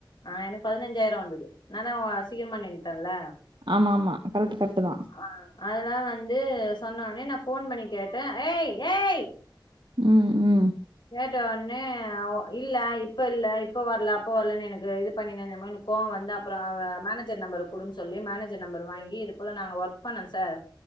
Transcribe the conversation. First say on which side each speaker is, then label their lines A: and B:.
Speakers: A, on the left (about 65°); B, on the right (about 70°).
A: ஆ எனக்கு பதினெஞ்சாயிரோ வந்தது நா தா சீக்கிரமா நின்ட்டேன்ல
B: ஆமா ஆமா கரெக்ட் கரெக்ட் தா
A: ஆ அதெல்லா வந்து சொன்ன ஒன்னே நா ஃபோன் பண்ணி கேட்டே ஏய் ஏய்
B: ம் ம்
A: கேட்டவுன்னே அவ இல்ல இப்பல்ல இப்ப வரல அப்ப வரலன்னு எனக்கு இது பண்ணிந்த மாரி கோவோ வந்து அப்புறோ அவ மேனேஜர் நம்பர் குடுன் சொல்லி மேனேஜர் நம்பர் வாங்கி இது போல நாங்க ஒர்க் பண்ணோ சார்